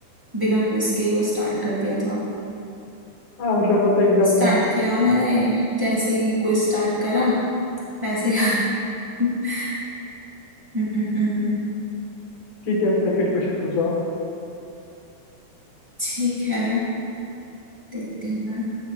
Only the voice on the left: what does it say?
हाँ मतलब वो तो एकदम
ठीक है अब सेकंड क्वेश्चन पूछो आप